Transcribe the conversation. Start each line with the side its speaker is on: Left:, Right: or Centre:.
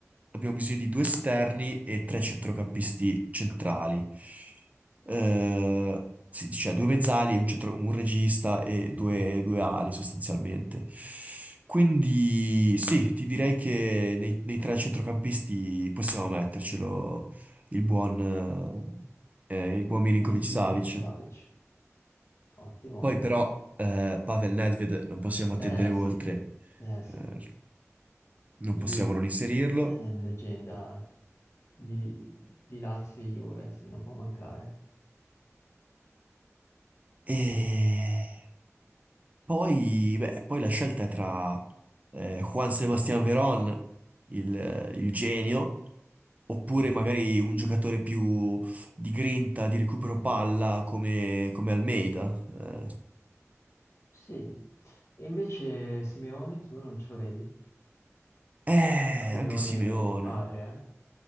Right: abbiamo bisogno di due esterni e tre centrocampisti centrali. Eh, sì, cioè due mezzali, un, centro- un regista e due,
Left: Mhm.
Right: due ali sostanzialmente. Quindi sì, ti direi che nei, nei tre centrocampisti possiamo mettercelo il buon, eh, il buon Milinkovic-Savic.
Left: Milin- Milinkovic-Savic, ottimo,
Right: Poi
Left: ottimo.
Right: però eh, Pavel Nedved non possiamo attendere
Left: Eh
Right: oltre,
Left: sì, eh
Right: eh,
Left: sì,
Right: non
Left: lui
Right: possiamo
Left: sì,
Right: non inserirlo.
Left: è leggenda di, di Lazio e Juve, sì, non può mancare.
Right: E
Left: E-
Right: poi, beh, poi la scelta è tra eh, Juan Sebastián Verón, il, il genio, oppure
Left: mhm,
Right: magari un giocatore più di grinta, di recupero palla come, come Almeida. Eh,
Left: Sì, e invece Simeone, tu non ce lo vedi?
Right: Eh,
Left: Simeone
Right: anche Simeone.
Left: il padre, eh?